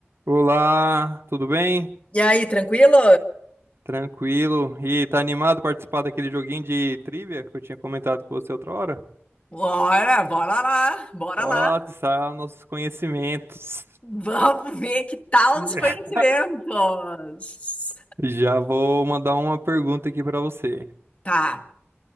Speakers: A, on the right; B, on the left.
A: Olá, tudo bem?
B: E aí, tranquilo?
A: Tranquilo? E tá animado para participar daquele joguinho de trivia que eu tinha comentado com você outra hora?
B: Bora, bora lá, bora
A: Bora
B: lá.
A: lá testar nossos conhecimentos.
B: Vamos ver que tal
A: <laughs>
B: os conhecimentos.
A: Já vou mandar uma pergunta aqui para você,
B: Tá,